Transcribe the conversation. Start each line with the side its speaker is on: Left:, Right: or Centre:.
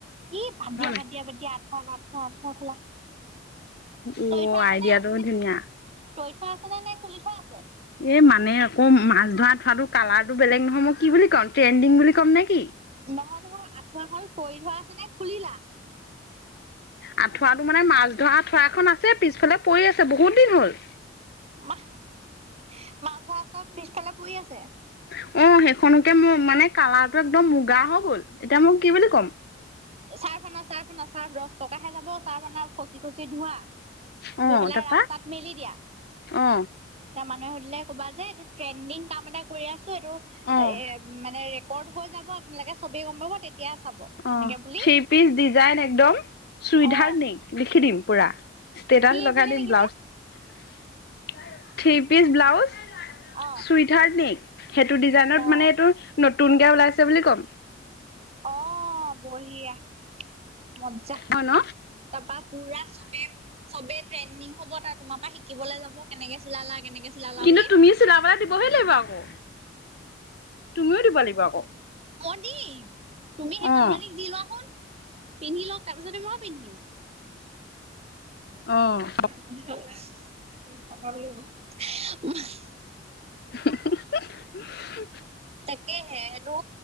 Right: এ বাদ
Left: হয়
Right: দিয়া -
Left: নাই
Right: বাদ দিয়া - বাদ দিয়া আঠুৱা না আঠুৱা - আঠুৱা খোলা।
Left: ও,
Right: তৰি থোৱা আছে
Left: আইডিয়া
Right: নে
Left: টো ধুনীয়া।
Right: তৰি থোৱা আছে নে নাই খোলি থুৱা আছে?
Left: এ মানে আকৌ মাছ ধৰা। <unintelligible> কালাৰটো বেলেগ নহয় মই কি বুলি ক'ম ট্ৰেণ্ডিং বুলি ক'ম নে কি?
Right: নহয়-নহয় আঁঠুৱা খন তৰি থোৱা আছে নে খুলিলা?
Left: আঁঠুৱাটো মানে মাছ ধৰা আঁঠুৱা এখন আছে পিছফালে পৰি আছে বহুত দিন হ'ল।
Right: মাছ ধৰা চব পিছফালে পৰি আছে?
Left: অ', সেইখনকে মোৰ মানে কালাৰটো একদম মুগা হৈ গ'ল এতিয়া মোক কি বুলি ক'ম।
Right: ছাৰ্ফ আনা- ছাৰ্ফ আনা ছাৰ্ফ দছ টকাহে যাব ছাৰ্ফ আনা খচি-খচি ধোৱা।
Left: অ
Right: ধুই পেলাই
Left: তাৰপা
Right: ৰাস্তাত মেলি দিয়া।
Left: অ
Right: তাৰ মানুহে সুধিলে কবা যে এইটো ট্ৰেণ্ডিং কাম এটা কৰি আছো এইটো
Left: অ
Right: এ মানে ৰেকৰ্ড হৈ যাব আপোনালোকে ছবে গম পাব তেতিয়া চাব।
Left: অ',
Right: এনেকে বুলি
Left: থ্ৰী পিচ ডিজাইন একদম <unintelligible>
Right: অ
Left: লিখি দিম পুৰা। ষ্টেটাছ
Right: কি
Left: লগাই
Right: বুলি
Left: দিম
Right: লিখিবা
Left: ব্লাউজ থ্ৰী পিচ ব্লাউজ
Right: অ
Left: সুইটহার্ট নে সেইটো ডিজাইনত
Right: বা
Left: মানে এইটো নতুনকে ওলাইছে বুলি ক'ম।
Right: অ', বঢ়িয়া, মজ্জা।
Left: হয় ন?
Right: তাৰপা পুৰা চবে চববে ট্ৰেন্ডিং হব তাৰ তোমাৰ পৰা শিকিবলৈ যাব কেনেকে চিলালা কেনেকে চিলালা
Left: কিন্তু
Right: বুলি
Left: তুমিও চিলাবলৈ দিবহে লাগিব আকৌ। তুমিও দিব লাগিব আকৌ।
Right: মই দিম, তুমি সেই
Left: অ'
Right: মানুহজনীক দি লোৱা চুন পিন্ধি লওক তাৰ পিছতে মইও পিন্ধিম।
Left: অ'।
Right: <unintelligible>
Left: <unintelligible>
Right: তাকে হেনো